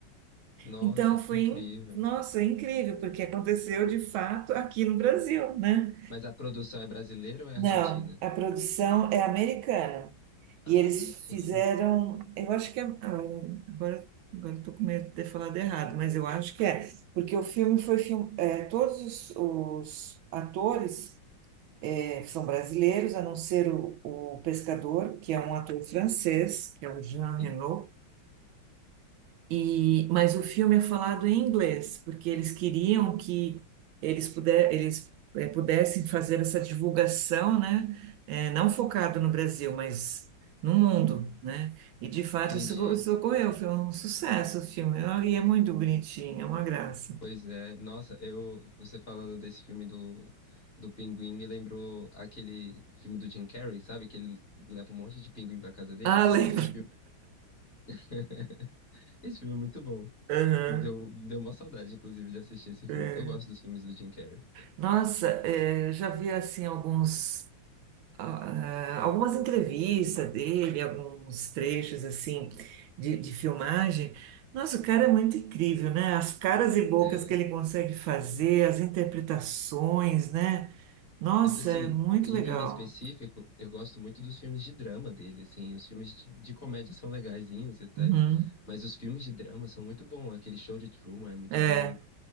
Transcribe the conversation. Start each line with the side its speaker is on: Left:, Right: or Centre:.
Left: Nossa,
Right: Então
Left: que
Right: foi,
Left: incrível.
Right: in- nossa, incrível, porque aconteceu de fato aqui no Brasil, né?
Left: Mas a produção é brasileira ou é
Right: Não,
Left: argentina?
Right: a produção é americana. E
Left: Ah,
Right: eles
Left: sim.
Right: fizeram, eu acho que é, ah, agora, agora estou com medo de ter falado errado, mas eu acho que é, porque o filme foi film, é, todos os, os atores é, são brasileiros, a não ser o, o pescador, que é um ator francês, que é o Jean
Left: Sim.
Right: Reno, e, mas o filme é falado em inglês, porque eles queriam que eles, puder, eles eh, pudessem fazer essa divulgação, né? eh, não focado no Brasil, mas no mundo, né? E de fato
Left: Entendi.
Right: isso, go- isso ocorreu, foi um sucesso o filme. Ah, E é muito bonitinho, é uma graça.
Left: Pois é, nossa, eu, você falando desse filme do, do pinguim me lembrou aquele filme do Jim Carrey, sabe? Que ele leva um monte de pinguim pra casa dele.
Right: Ah,
Left: Você
Right: lembro.
Left: já viu esse filme? <laughs> Esse filme é muito bom.
Right: Aham,
Left: Deu, deu uma saudade, inclusive, de assistir esse
Right: é.
Left: filme. Eu gosto dos filmes do Jim Carrey.
Right: Nossa, eh, já vi assim alguns. ah, algumas entrevistas dele, alguns trechos assim de, de filmagem. Nossa, o cara é muito incrível, né? As caras e bocas
Left: É,
Right: que ele consegue fazer, as interpretações, né? Nossa,
Left: mas, assim,
Right: é muito
Left: ele
Right: legal.
Left: em específico, eu gosto muito dos filmes de drama dele, assim. Os filmes de, de comédia são legaisinhos até,
Right: Uhum.
Left: mas os filmes de drama são muito bons. Aquele Show de Truman é muito
Right: É,
Left: bom.